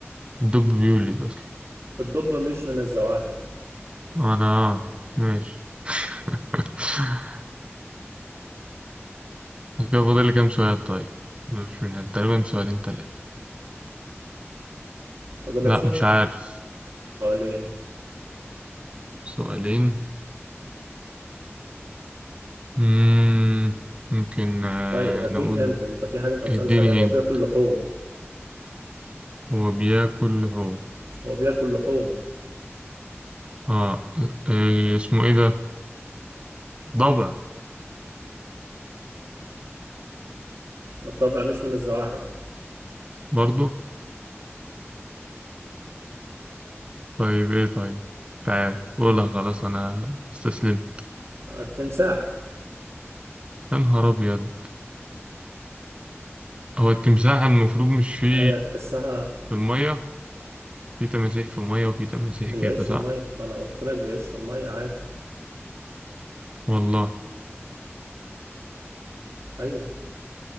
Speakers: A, on the right (about 25°); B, on the right (about 90°).
A: الدب بيولد أصلا
B: الدب مش من الزواحف
A: انا ماشي <laughs> كده فاضل لي كام سؤال طيب مش من تقريبا سؤالين ثلاثة
B: فاضلك
A: لا مش عارف
B: سؤالين
A: سؤالين مم. ممكن آه،
B: طيب هديك
A: نقول
B: هنت انت في حاجة انت مسألش
A: اديني
B: عليها هو
A: هند
B: بياكل لحوم
A: هو بياكل هو
B: هو بياكل لحوم
A: اه آه، اسمه ايه ده ضبع
B: الضبع مش من الزواحف
A: برضو طيب ايه طيب مش عارف قولها خلاص انا استسلمت
B: التمساح
A: يا نهار ابيض هو التمساح المفروض مش فيه
B: هي تحسها
A: في المية في تماسيح في المية وفي تماسيح
B: بيعيش
A: كده صح
B: في المية ما انا قلت لك بيعيش في المية عادي
A: والله
B: ايوه